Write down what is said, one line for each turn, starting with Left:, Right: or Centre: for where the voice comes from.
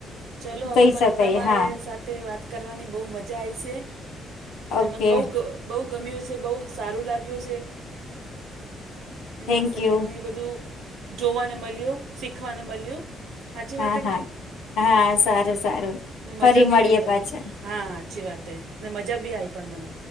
Right: ચલો
Left: કહી
Right: હવે મને
Left: શકાય
Right: તમારે
Left: હા
Right: સાથે વાત કરવાની બહુ મજા આવી છે. ને
Left: ઓકે
Right: મને બહુ બહુ ગમ્યું છે, બહુ સારું લાગ્યું છે. ને
Left: થેન્ક
Right: મને સંગીતને
Left: યુ
Right: બધું જોવાને મળ્યું, શીખવાને મળ્યું. સાચી
Left: હા
Right: વાત હે
Left: હા
Right: કે નહીં
Left: હા સારું સારું
Right: ને
Left: ફરી
Right: મજા બી
Left: મળીએે
Right: આવી
Left: પાછા.
Right: હા અચ્છી વાત એ ને મજા બી આવી પણ મને